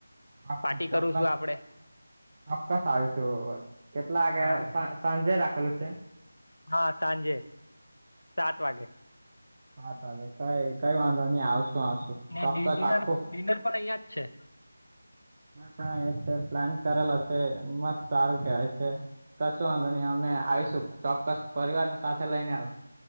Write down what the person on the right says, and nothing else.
આ
ચોક્કસ,
ચોક્કસ આવીશું. કેટલા વાગે?
સાંજે રાખલું છે.
હા તો હવે કઈ કઈ વાંધો નહી આવશું આવશું. ચોક્કસ
આખું
પણ પ્લાન કરેલો છે. મસ્ત સારું કેવાય છે. કશું આંધો નહી. અમે આવીશું ચોક્કસ પરિવાર ને સાથે લઈને આવ.